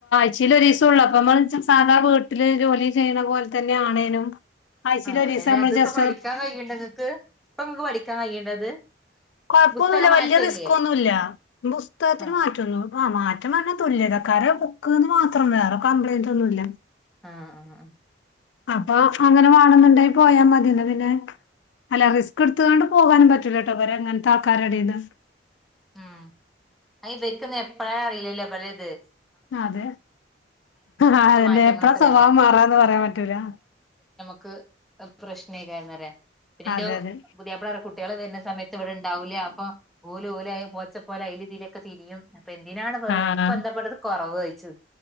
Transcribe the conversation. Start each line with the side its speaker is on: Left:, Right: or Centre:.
Left: ആയിച്ചിലൊരു ദിവസം ഉള്ളൂ അപ്പം സാധാ വീട്ടില് ജോലി ചെയ്യുന്ന പോലെ തന്നെ ആണേനും ആയിച്ചിലൊരിസം
Centre: ആഹ് അല്ല
Left: നമ്മൾ
Centre: അതിപ്പോ
Left: ജസ്
Centre: പഠിക്കാൻ കഴിയ്ണ്ടോ നിങ്ങൾക്ക് ഇപ്പം നിങ്ങൾക്ക് പഠിക്കാൻ കഴിയേണ്ടോ അത്
Left: കൊഴപ്പൊന്നുമില്ല
Centre: പുസ്തകം
Left: വല്ല്യ
Centre: മാറ്റല്ലേ
Left: റിസ്കൊന്നുല്ല പുസ്തകത്തിന്
Centre: ആഹ്
Left: മാറ്റന്നു ആ മാ മാറ്റം പറഞ്ഞാ തുല്യതക്കാരെ ബുക്ക്ന്ന് മാത്രം വേറെ കംപ്ലയ്ന്റ് ഒന്നുമില്ല
Centre: ആ ആ ആ
Left: അപ്പൊ അങ്ങനെ വാണന്നുണ്ടാങ്കിൽ പോയാ മതിയല്ലോ പിന്നെ അല്ല റിസ്ക് എടുത്തത് കൊണ്ട് പോകാനും പറ്റൂലട്ടോ ഇവരെ എങ്ങനത്തെ ആൾക്കാരെ എടീന്
Centre: ഉം ഇപർക്ക് എപ്പഴാ അറിയില്ലല്ലോ ഇപരേത്
Left: ആ അതെ ആ അതെന്നെ
Centre: മാറ്റങ്ങളൊക്കെ
Left: എപ്പഴാ സ്വഭാവം
Centre: വരാ
Left: മാറാന്ന് പറയാൻ പറ്റൂരാ
Centre: നമുക്ക് പ്രശ്നയ്കാരം ന്നറിയാ പിന്നോ ൻ്റൊഔ
Left: അതെ അതെ
Centre: പുതിയാപ്പിള പറയാ കുട്ടികൾ വരുന്ന സമയത്ത് ഇവിടെ ഉണ്ടാവൂല്ല അപ്പൊ ഓലുംഓല് പോച്ചപോലെ അയ്ലിം ഇതിലൊക്കെ തിരിയും അപ്പൊ എന്തിനാണ് നിനക്ക്
Left: ആഹ്
Centre: എന്തിനാണിവിടെ കുറവ് ചോഴ്ച്ചു